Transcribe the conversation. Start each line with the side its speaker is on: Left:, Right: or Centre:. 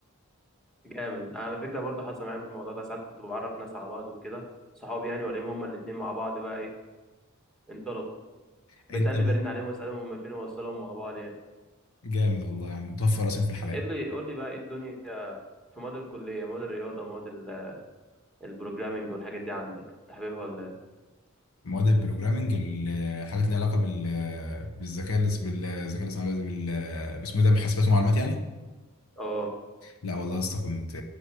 Centre: جامد على فكره برضه حصل معايا الموضوع ده ساعات كنت بعرف ناس على بعض وكده صحابي يعني والاقيهم هما الاتنين مع بعض بقى ايه انطلقوا
Left: <laughs>
Centre: بتقل
Left: انت بيه
Centre: برن عليهم واسالهم هما فين واوصلهم مع بعض يعني.
Left: جامد والله يا عم توفى راسين في الحلقة
Centre: قول لي قول لي بقى ايه الدنيا في مواد الكليه مواد الرياضه مواد ال- البروجرامينج والحاجات دي عندك كنت حاببها ولا إيه؟
Left: مواد البروجرامنج الحاجات اللي ليها علاقة بال بالذكاء الاص- بالذكاء الاصطناعي بال باسمه ده بالحاسبات والمعلومات يعني
Centre: اه
Left: لا والله يا اسطى كنت